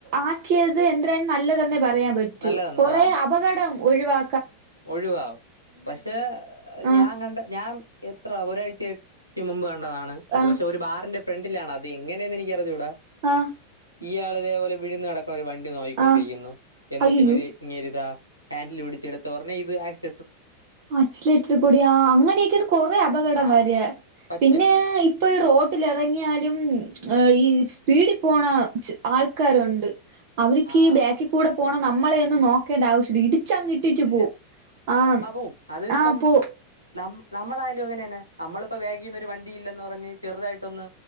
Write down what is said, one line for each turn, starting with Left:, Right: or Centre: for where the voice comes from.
Right: ആക്കിയത് എദ്രേം നല്ലതന്നെ പറയാൻ പറ്റൂ
Left: നല്ലതെന്ന്
Right: കൊറേ
Left: ആ
Right: അപകടം ഒഴിവാ
Left: ഒഴിവാവും പക്ഷേ
Right: ആഹ്
Left: ഞാൻ കണ്ട ഞാൻ എത്ര ഒരാഴ്ചക്ക് മുമ്പ് കണ്ടതാണ് അത്
Right: ആഹ്
Left: പക്ഷെ ഒരു ബാറിന്റെ ഫ്രണ്ടിലാണ് അത് എങ്ങനെയെന് എനിക്കറിഞ്ഞുട
Right: ആ
Left: ഇയാൾ ഇതേ പോലെ വിഴുന്ന് കെട വണ്ടി നോയികൊണ്ടിരിക്കുന്നു
Right: ആഹ്
Left: എന്നിട്ട്
Right: അയ്യയ്യോ
Left: ഇവര് ഇങ്ങേരുട ഹാൻഡിൽ പിടിച്ചെടുത്ത് ഒടനെ ഇത് ആക്സി
Right: അച്ചലേറ്റർ കൂടിയാ അങ്ങനെയൊക്കെയാണ് കൊറെ അപകടം
Left: ആ
Right: വരാ
Left: പറ്റും
Right: പിന്നെ ഇപ്പൊ ഈ റോട്ടിൽ ഇറങ്ങിയാലും ഈ സ്പീഡിൽ പോണ ആൾക്കാരുണ്ട് അവരിക്ക്
Left: ആ
Right: ഈ ബാക്കി
Left: ആ
Right: കൂടെ
Left: സത്യം
Right: പോണം നമ്മളെ ഒന്നും നോക്കേണ്ട ആവശ്യ ഇടിച്ചങ് ഇട്ടിട്ട്
Left: ഇല്ല
Right: പോവും ആഹ്
Left: ആ പോവും അത് ഇപ്പം
Right: ആഹ് പോ
Left: നാം നാ നമ്മളാലും അങ്ങനെന്നെ നമ്മളിപ്പോ വേഗിനൊരു വണ്ടി ഇല്ലന്ന് പറഞ്ഞ് ചെറുതായിട്ടൊന്ന്